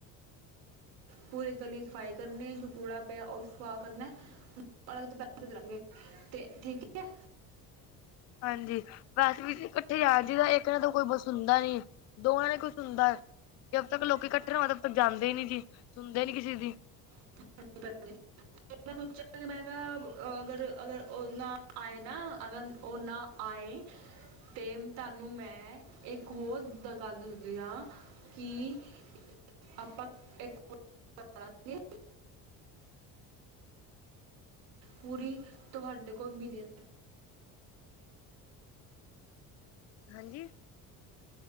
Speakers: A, on the right; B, on the left.
A: ਪੂਰੀ ਗਲੀ ਸਫਾਈ ਕਰਨੀ, ਜੋ ਕੂੜਾ ਪਿਆ ਉਹ ਸਾਫ਼ ਕਰਨਾ ਪੈਸੇ ਦੇ ਦਾ ਗਏ, ਤੇ ਠੀਕ ਹੈ
B: ਹਾਂਜੀ, ਵੈਸ ਵੀ ਇਕੱਠੇ ਜਾਣ ਜ ਤਾਂ ਇੱਕ ਨਾ ਤਾਂ ਕੋਈ ਸੁਣਦਾ ਹੁੰਦਾ ਨੀ- ਦੋਵਾਂ ਨੇ ਕੁਝ ਸੁਣਦਾ ਹੈ ਜ ਜਦ ਤੱਕ ਲੋਕ ਇਕੱਠੇ ਨਾਦੇ ਤ ਤੱਕ ਜਾਂਦੇ ਹੀ ਨੀ ਜੀ ਸੁਣਦੇ ਨੀ ਕਿਸੇ ਦੀ
A: <unintelligible> ਅਗਰ-ਅਗਰ ਓ ਨ ਆਏ ਨਾ ਅਗਰ ਉਹ ਨਾ ਆਏ ਤੇ ਤੁਹਾਨੂੰ ਮੈਂ ਇੱਕ ਹੋਰ ਦਗਾੱਲ ਦਦੀ ਹਾਂ ਕਿ ਆਪਾਂ ਇੱਕ ਕਰਾਂਗੇ ਪੂਰੀ ਤੁਹਾਡੇ ਕੋਲ ਮਹੀਨੇ
B: ਹਾਂਜੀ